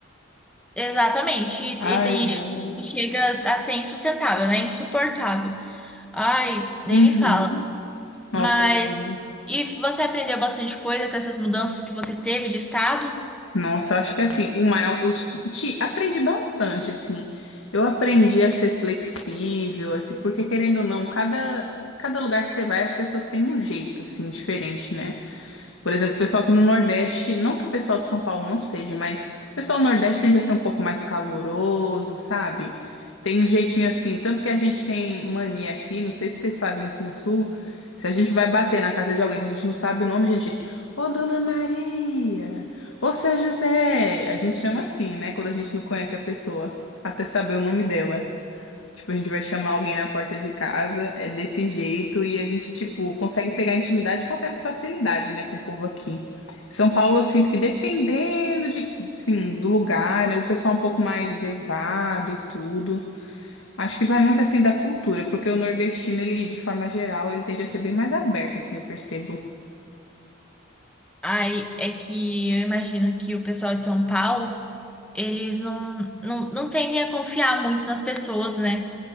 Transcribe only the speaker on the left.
Ai,
ai.
Uhum.
Nossa,
menina.
Nossa, acho que é assim, o maior, os, te, aprendi bastante, assim. Eu aprendi a ser flexível, assim, porque querendo ou não, cada, cada lugar que você vai, as pessoas têm um jeito, assim, diferente, né? Por exemplo, o pessoal aqui no Nordeste, não que o pessoal de São Paulo não seja, mas o pessoal do Nordeste tende a ser um pouco mais caloroso, sabe? Tem um jeitinho assim, tanto que a gente tem mania aqui, não sei se vocês fazem isso no Sul, se a gente vai bater na casa de alguém que a gente não sabe o nome, a gente, ô Dona Maria, ô Seu José, a gente chama assim, né, quando a gente não conhece a pessoa, até saber o nome dela. Tipo, a gente vai chamar alguém na porta de casa, é desse jeito, e a gente, tipo, consegue pegar intimidade com certa facilidade, né, com o povo aqui. São Paulo, eu sinto que dependendo de, sim, do lugar, né, o pessoal é um pouco mais reservado e tudo. Acho que vai muito, assim, da cultura, porque o nordestino, ele, de forma geral, ele tende a ser bem mais aberto, assim, eu percebo.